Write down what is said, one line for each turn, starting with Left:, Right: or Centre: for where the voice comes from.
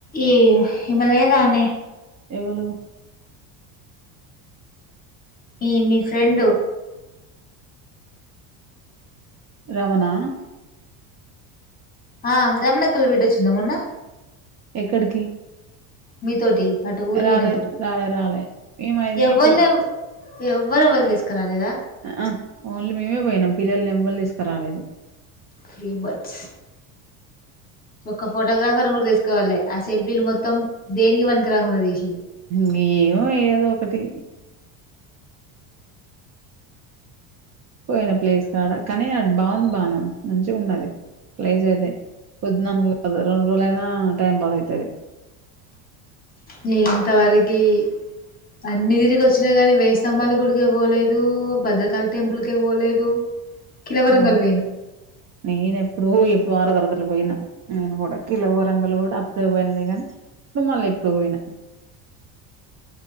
Left: ఈ ఇమె లేదానే
Right: ఎవలు
Left: ఈ మీ ఫ్రెండు
Right: రమణా
Left: ఆ రమనంకుల్ బిడ్డ అచ్చింద మొన్న?
Right: ఎక్కడికి
Left: మీతోటి అటు ఊరికి
Right: రాలే
Left: పోయినప్పుడు
Right: రాలే రాలే, ఏమై మేపిల్
Left: ఎవ్వలే ఎవ్వరు ఎవరు తీసుకురాలేదా
Right: ఆ ఓన్లీ మేమే పోయినాం. పిల్లల్ని నెవ్వల్నీ తీస్కరాలేదు.
Left: ఫ్రీబడ్స్ ఒక ఫోటోగ్రాఫర్ని కూడా తీసుపోలే. ఆ సెల్ఫీలు మొత్తం దేనికి పనికి పనికిరాకుండా తీసిం
Right: మీ ఏమో ఏదో ఒకటి పోయిన ప్లేస్ కాడ కానీ అది బాగుంది బాను. మంచిగ ఉన్నది. ప్లైసయితే, పొద్దున ఉన్ రెండు రోజు ఎట్లయినా టైం పాస్ ఐతది.
Left: నే ఇంతవరకి అన్ని తిరిగి వచ్చినా గని వేయి స్తంభాల గుడికే పోలేదు, భద్రకాలి టెంపుల్కే పోలేదు. కిలవరంగల్
Right: ఓ
Left: పోయినా
Right: నేను ఎప్పుడో ఇప్ వారం తర్వాత్ లు పోయిన నేను కూడా కిలో వరంగులు కూడా అప్ ఇప్పుడో పోయినలేగానీ, ఇప్పుడు మళ్ళీ ఎప్పుడు పోయినా.